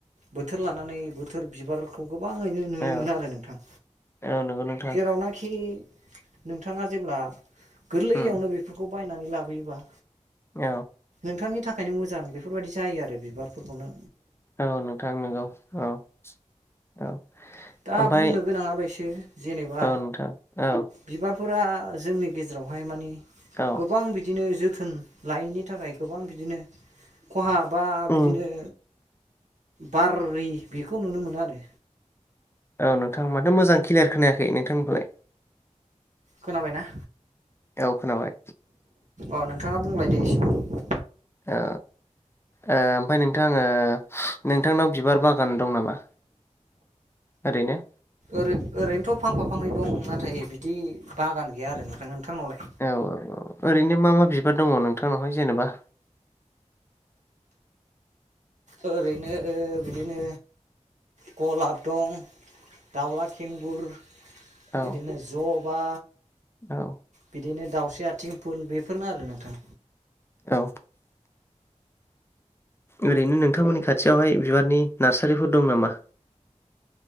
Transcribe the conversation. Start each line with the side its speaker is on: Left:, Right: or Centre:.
Right: बोथोर लानानै बोथोर बिबारखौ गोबाङैनो नुनो
Left: औ
Right: मोनो आरो नोंथां
Left: औ नंगौ नोंथां
Right: जेरावनाखि नोंथाङा जेब्ला गोरलैयावनो
Left: उम
Right: बेफोरखौ बायनानै लाबोयोबा
Left: औ।
Right: नोंथांनि थाखायनो मोजां बेफोरबायदि जायो आरो बिबारफोरखौनो
Left: औ नोंथां नोंगौ औ। औ
Right: दा
Left: ओमफ्राय
Right: बुंनो गोनाङा बेसो जेनेबा
Left: औ नोंथां औ
Right: बिबार फोर जोंनि गेजेरावहाय मानि
Left: औ
Right: गोबां बिदिनो जोथोन लायैनि थाखाय गोबां बिदिनो खहा बा
Left: उम
Right: बिदिनो बारि बेखौ नुनो मोनो आरो
Left: औ नोंथां माथो मोजां क्लियार खोनायाखै नोंथांनिखौलाय
Right: खोनाबायना?
Left: औ खोनाबाय।
Right: अ नोंथाङा बुंलायदो इसे।
Left: ओ। ओ ओमफ्राय नोंथां आो नोंथांनाव बिबार बागान दं नामा? ओरैनो
Right: ओरै ओरैनोथ' फांफा फांनै दं नाथाय बिदि बागान गैया आरो नोंथां। नोंथांनावलाय
Left: औ औ औ ओरैनो मा मा बिबार दङ नोंथांनावहाय जेनेबा
Right: ओरैनो बिदिनो गलाब दं दावला खेंगुर
Left: औ
Right: बिदिनो ज'बा
Left: औ
Right: बिदिनो दाउस्रि आथिं फुल बेफोरनो आरो नोंथां
Left: औ। ओरैनो नोंथांमोननि खाथियावहाय बिबारनि नार्सारिफोर दं नामा?